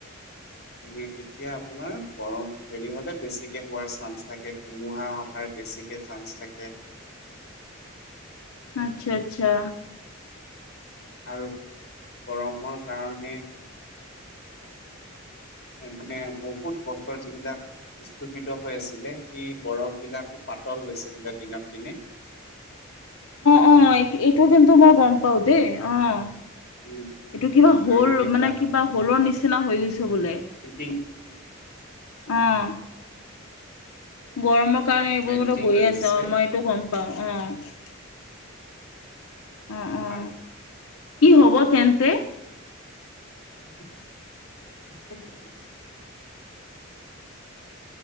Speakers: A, on the left; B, on the left.
A: সেই তেতিয়া আপোনাৰ গৰম- হেৰি হলে বেছিকে হোৱাৰ চান্স থাকে, ধুমুহা অহাৰ বেছিকে চান্স থাকে।
B: আৎচ্ছা আৎচ্ছা।
A: আৰু গৰমৰ কাৰণে- মানে বহুত বছৰ যিবিলাক- স্থপিত হৈ আছিলে, সেই বৰফ বিলাকো পাতল হৈছে বোলে দিনক দিনে।
B: অঁ' এইটো কিন্তু মই গম পওঁ দেই, অঁ'।
A: উম
B: এইটো কিবা হল
A: আৰু সেইবিলাক
B: মানে, কিবা হলৰ নিচিনা হৈ গৈছে বোলে।
A: মেল্টিং
B: অঁ' গৰমক- কাৰণে এইবোৰ
A: মেল্টিং
B: বতৰ গৈ
A: হৈ গৈছে
B: আছে, অ' মই এইটো গম পাওঁ অঁ'। অঁ অঁ,
A: হয়
B: কি হ'ব তেন্তে?
A: <unintelligible> <unintelligible>